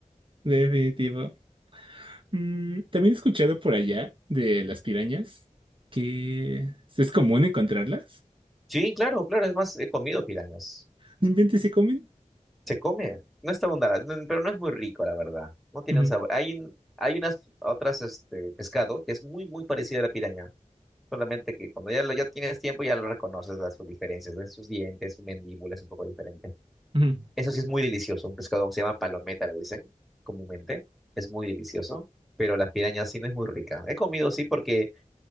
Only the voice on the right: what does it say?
Definitivo. Mm, también he escuchado por allá de las pirañas que es común encontrarlas.
No inventes, se comen.
Ujú,
ujú.